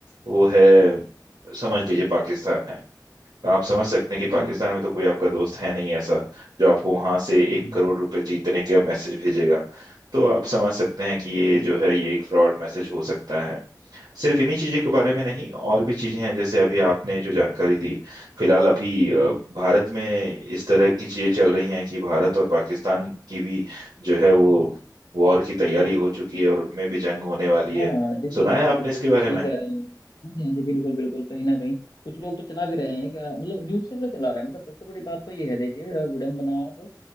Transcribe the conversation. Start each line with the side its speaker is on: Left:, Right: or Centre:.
Right: वो है समझ लीजिए पाकिस्तान है तो आप समझ सकते हैं कि
Left: जी
Right: पाकिस्तान में तो कोई आपका दोस्त है नहीं ऐसा जो आपको वहां से
Left: हम्म,
Right: एक करोड़ रुपए जीतने का मैसेज भेजेगा तो आप समझ सकते हैं कि ये
Left: जी
Right: जो है ये एक फ्रॉड मैसेज हो सकता है सिर्फ इन्हीं चीज़ों के बारे में नहीं और भी चीज़ें हैं जैसे अभी आपने जो जानकारी दी फिलहाल अभी अ, भारत में इस तरह की चीज़ें चल रही हैं कि भारत और पाकिस्तान की भी जो है वो वॉर की तैयारी हो चुकी है और उनमें भी जंग होने वाली
Left: हाँ
Right: है
Left: बिल्कुल
Right: सुना
Left: बिल्कुल
Right: है आपने इसके
Left: बिल्कुल
Right: बारे
Left: सही
Right: में
Left: कह रहे हैं आप हाँ जी हाँ जी बिल्कुल बिल्कुल कहीं ना कहीं कुछ लोग तो चला भी रहे हैं क्या मतलब न्यूज़ चैनल चला रहे हैं मतलब सबसे बड़ी बात तो ये है देखिए विडम्बना आप